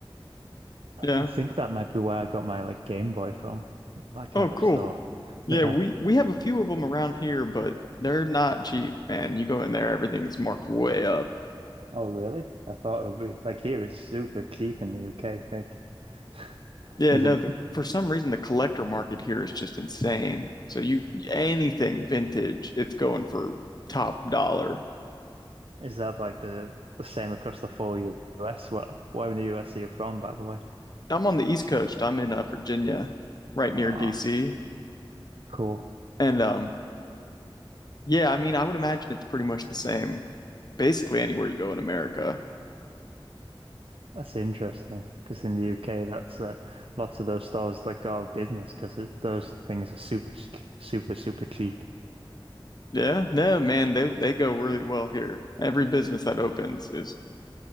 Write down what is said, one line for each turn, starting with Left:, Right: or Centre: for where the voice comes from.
Left: Yeah.
Right: I think that might be where I got my like Game Boy from, that kind
Left: Oh
Right: of
Left: cool.
Right: store. <laughs>
Left: Yeah,
Right: Yeah.
Left: we we have a few of them around here, but they're not cheap, man. You go in there, everything's marked way up.
Right: Oh, really? I thought it would be like here it's super cheap in the UK. Like, <laughs>
Left: Yeah,
Right: is
Left: no,
Right: it?
Left: the, for some reason the collector market here is just insane. So you anything vintage, it's going for top dollar.
Right: Is that like the, the same across the full US? Well, where in the US are you from, by the way?
Left: I'm on the East Coast. I'm in uh, Virginia, right
Right: Ah,
Left: near DC.
Right: cool.
Left: And um yeah, I mean, I would imagine it's pretty much the same basically anywhere you go in America.
Right: That's interesting. Because in the UK, that's uh, lots of those stores like go out of business because those things are super, s- super, super cheap.
Left: Yeah, no, man, they they go really well here. Every business that opens is